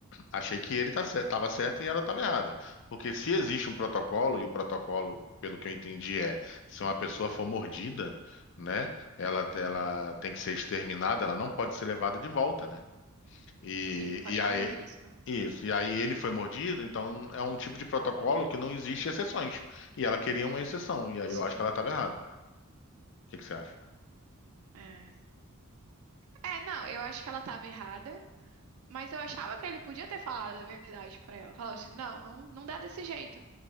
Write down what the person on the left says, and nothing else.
Achei que ele tá cer- tava certo e ela estava errada. Porque se existe um protocolo, e o protocolo, pelo que eu entendi, é se uma pessoa for mordida, né, ela, ela
tem que ser exterminada, ela não pode ser levada de volta, né? E,
e aí,
isso, e aí ele foi mordido, então é um tipo de protocolo que não existe exceções. E ela queria uma exceção, e aí
eu acho que ela estava errada. O que que você acha?